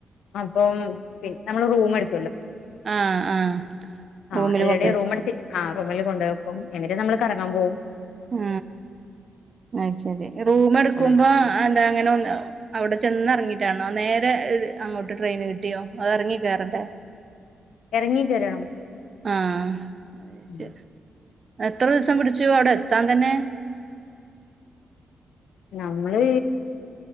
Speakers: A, on the left (about 75°); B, on the right (about 50°).
A: അപ്പം പി നമ്മള് റൂമെടു
B: ആഹ ആഹ
A: ആ
B: റൂമില്
A: എല്ലാരുടെയും
B: കൊണ്ടുവെച്ച
A: റൂം എടുത്തിട്ട് ആ റൂമിൽ കൊണ്ട് വെക്കും എന്നിട്ട് നമ്മൾ കറങ്ങാൻ പോകും
B: ഉ അയിശരി റൂം എടുക്കുമ്പോ
A: ഉം
B: എന്താ അങ്ങനെ ഒ അവിടെ ചെന്നിറങ്ങിട്ടാണോ നേരെ അങ്ങോട്ട് ട്രെയിൻ കിട്ടിയോ അത് ഇറങ്ങി കയറണ്ടേ
A: ഇറങ്ങി <unintelligible>
B: ആ <unintelligible>
A: ഉം
B: എത്ര ദിവസം പിടിച്ചു അവിടെ എത്താൻ തന്നെ
A: നമ്മള്